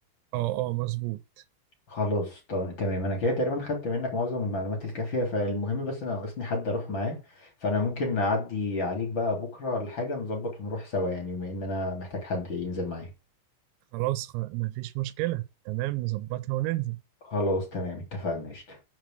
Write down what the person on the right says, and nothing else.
اه اه مظبوط
خلاص خ- مفيش مشكلة تمام نظبطها وننزل